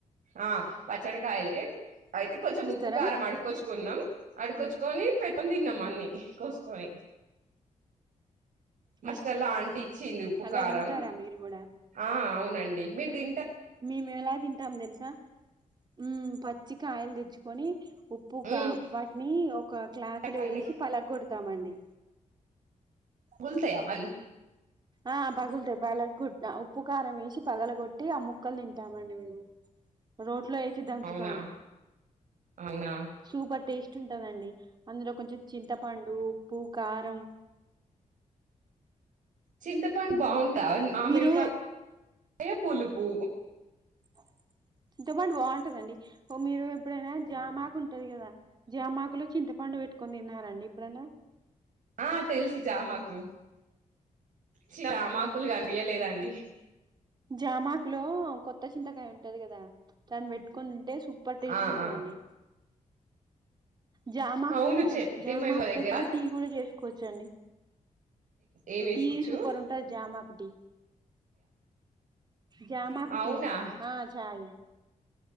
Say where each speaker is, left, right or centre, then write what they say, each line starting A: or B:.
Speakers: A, on the right; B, on the right.
A: ఆ పచ్చడికాయలే అయితే కొంచెం
B: ఇస్తారా
A: ఉప్పు కారం అడుకొచ్చుకున్నాం అడుకొచ్చుకొని
B: ఉమ్,
A: పె పం తిన్నామ అన్ని కోసుకొని <unintelligible>
B: ఆ
A: ఆంటి ఇచ్చింది ఉప్పుకారం
B: అలా తింటారా మీరు కూడా
A: ఆ అవునండి మీరు ది
B: మేము ఎలా తింటాము తెలుసా ఉ పచ్చిక ఆయిల్ తెచ్చుకొని ఉప్పు కా
A: ఉమ్
B: వంటి ఒక క్లాతులు
A: చెప్పండి
B: వేసి పలగొడతామండి
A: గుల్తయ మల్
B: ఆ పగులుతో పలట్టి ఉప్పు కారం వేసి పగల కొట్టి ఆ ముక్కలు తింటామండి మేము రోజ ఇట్లో వేసి దంచుతాము
A: అవునా అవునా
B: సూపర్ టేస్ట్ ఉంటందండి అందులో కొంచెం చింతపండు ఉప్పు కారం
A: చింతపండు బాగుంటా మామిడికాయ
B: మీరు
A: పులుపు
B: అ చింతపండు బాగుంటదండి మీరు ఎప్పుడైనా జామాకు ఉంటది కదా జామాకులో చింతపండు వేట్కొని తిన్నారా అండి ఇప్పుడన్న
A: ఆ తెలుసు జామాకు చి జామాకులు కనిపియ్యలేదండి
B: జామాకు లో కొత్త చింతకాయ ఉంటది కదా దాన్ని పెట్టుకుని తింటే సు సూపర్ టేస్ట్
A: ఆ
B: ఉంటుదండి
A: ఆ
B: జామాకు
A: అవును చెప్తే
B: జామాకు
A: మేము దగ్గర
B: తోటి టీ కూడా చేసుకోవచ్చండి
A: ఏం వేసుకోవచ్చు
B: టీ సుపర్ ఉంటాది జామాకు టీ జామాకు
A: అవునా
B: టీ ఆ చాయి